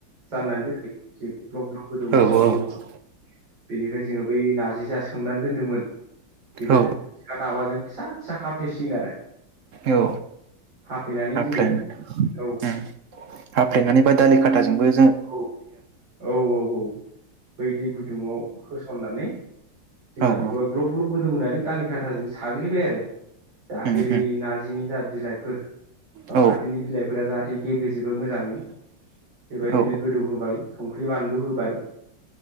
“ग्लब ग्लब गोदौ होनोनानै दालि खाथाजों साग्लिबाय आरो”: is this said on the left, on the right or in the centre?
Right